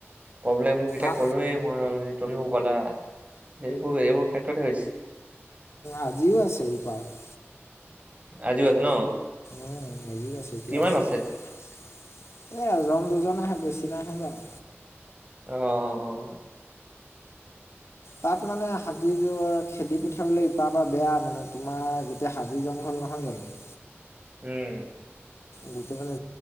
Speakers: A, on the right (about 30°); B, on the left (about 75°).
A: প্ৰব্লেম গিটা
B: আ
A: কলোৱে মই অলৰেডি, তুমিও ক'লা। এইবোৰ-এইবোৰ ক্ষেত্ৰতে হৈছে।
B: আজিও আছে ইপাৰত।
A: আজিও আছে ন।
B: উম, লাগি আছো এতিয়া
A: কিমান
B: আছো
A: আছে?
B: কিমান আছে। এ এজন দুজন নাহে বেছি নাহে বাৰু।
A: অ', অ'।
B: তাত মানে হাতিযোৰ খেদি পঠিয়াবলৈ ইপাৰ পৰা বেয়া মানে, তোমাৰ গোটেই হাবি জংঘল নহয় জানো।
A: <inaudible> উম।
B: গোটেই মানে